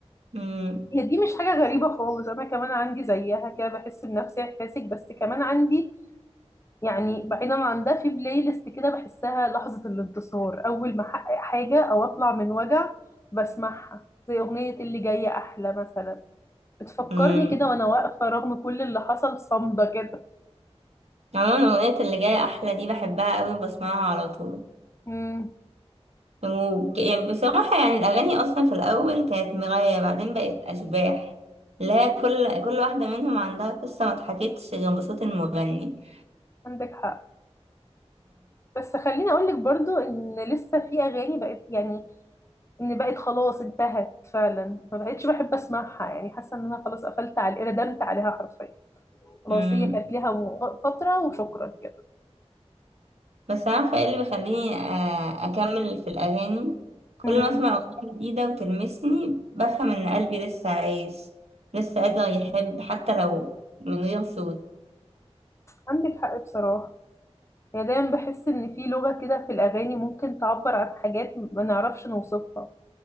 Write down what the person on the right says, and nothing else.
امم
امم
عموما اغنيه اللي جايه احلى دي بحبها قوي بسمعها على طول
وك- يعني بصراحه يعني الاغاني اصلا في الاول كانت مرايه بعدين بقت اشباح اللي هي كل كل واحده منهم عندها قصه ما اتحكتش غير بصوت المغني
امم
بس عارفة ايه اللي بيخليني آه، أكمل في الأغاني كل
ما أسمع أغنية جديدة وتلمسني بفهم إن قلبي لسه عايش لسه قادر يحب حتى لو من غير صوت